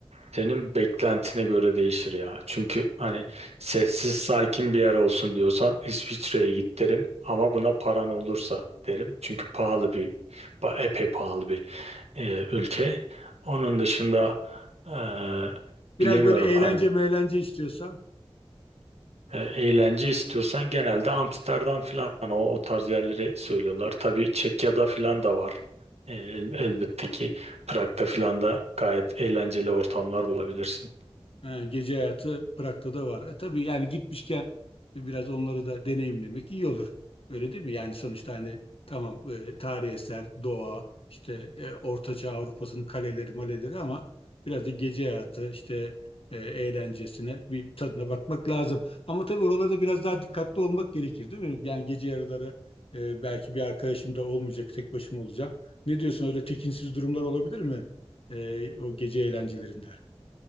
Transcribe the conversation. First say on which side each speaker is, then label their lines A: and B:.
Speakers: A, on the right (about 90°); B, on the left (about 60°).
A: senin beklentine göre değişir ya. Çünkü hani sessiz sakin bir yer olsun diyorsan İsviçre'ye git derim. Ama buna paran olursa derim. Çünkü pahalı bir, ba- epey pahalı bir e, ülke. Onun dışında e,
B: Biraz
A: bilemiyorum.
B: böyle eğlence
A: Hani
B: meğlence istiyorsa
A: E, Eğlence istiyorsan genelde Amsterdam falan o, o tarz yerleri söylüyorlar. Tabii Çekya'da falan da var. E, el- elbette ki Prag'da falan da gayet eğlenceli ortamlar bulabilirsin.
B: Ha, gece hayatı Prag'da da var. E, tabii yani gitmişken biraz onları da deneyimlemek iyi olur. Öyle değil mi? Yani sonuçta hani tamam e, tarihi eser, doğa, işte e, Ortaçağ Avrupa'sının kaleleri, maleleri ama biraz da gece hayatı, işte e, eğlencesine bir tadına bakmak lazım. Ama tabii oralarda biraz daha dikkatli olmak gerekir değil mi? Yani gece yarıları e, belki bir arkadaşım da olmayacak, tek başıma olacağım. Ne diyorsun öyle tekinsiz durumlar olabilir mi? E, o gece eğlencelerinde?